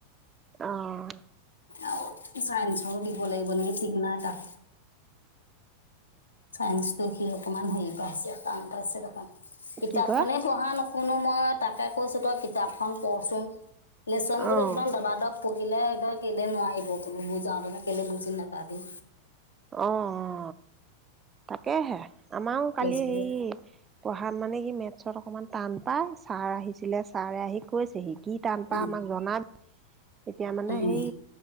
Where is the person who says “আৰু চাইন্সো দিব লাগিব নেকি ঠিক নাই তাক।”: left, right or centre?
Left